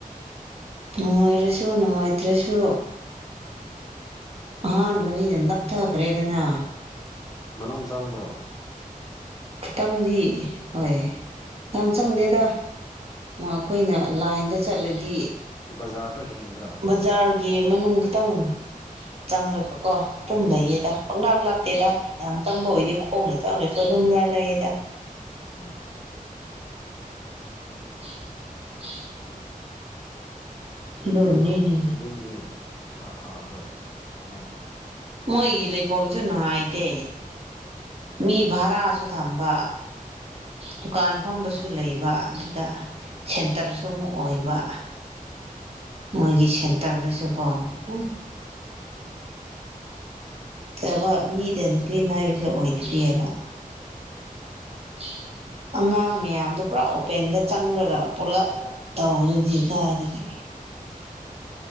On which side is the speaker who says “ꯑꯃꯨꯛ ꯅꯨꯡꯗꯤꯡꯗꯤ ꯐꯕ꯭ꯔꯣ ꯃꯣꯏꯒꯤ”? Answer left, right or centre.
Left